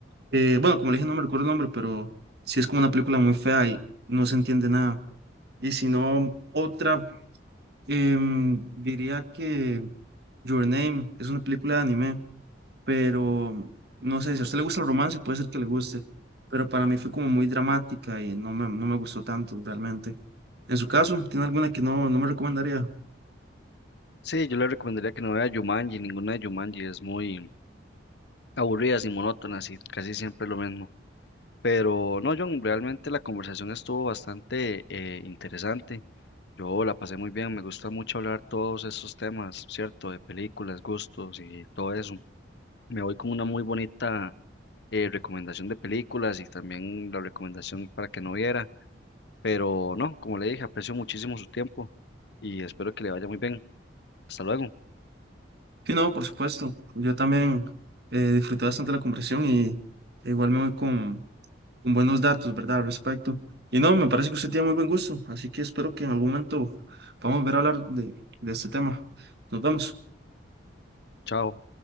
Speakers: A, on the right; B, on the left.
A: Eh, bueno, como le dije, no me recuerdo el nombre, pero sí es como una película muy fea y no se entiende nada. Y si no, otra, em, diría que. Your Name es una película de anime, pero no sé, si a usted le gusta el romance, puede ser que le guste, pero para mí fue como muy dramática y no me, no me gustó tanto realmente. En su caso, ¿tiene alguna que no, no me recomendaría?
B: Sí, yo le recomendaría que no vea Jumanji, ninguna de Jumanji, es muy aburridas y monótonas y casi siempre es lo mismo. Pero no, John, realmente la conversación estuvo bastante eh, interesante. Yo la pasé muy bien, me gusta mucho hablar todos esos temas, ¿cierto? De películas, gustos y todo eso. Me voy con una muy bonita eh, recomendación de películas y también la recomendación para que no viera. Pero no, como le dije, aprecio muchísimo su tiempo y espero que le vaya muy bien. Hasta luego,
A: Sí, no, por supuesto. Yo también eh, disfruté bastante la conversación y igual me voy con, con buenos datos, ¿verdad? Al respecto. Y no, me parece que usted tiene muy buen gusto, así que espero que en algún momento podamos ver a hablar de, de este tema. Nos vemos.
B: chao.